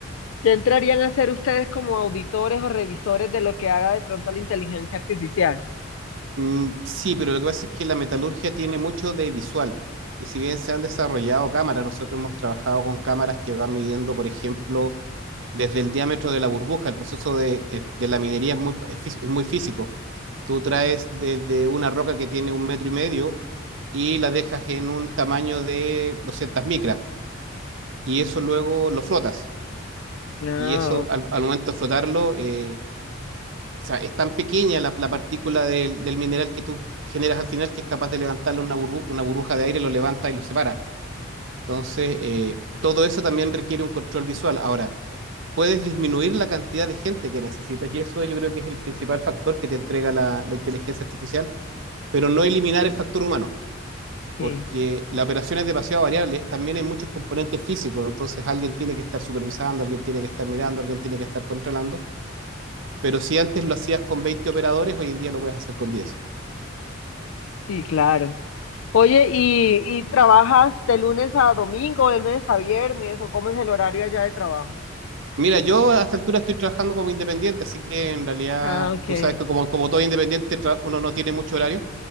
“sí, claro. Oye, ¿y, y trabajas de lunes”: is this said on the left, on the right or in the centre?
Left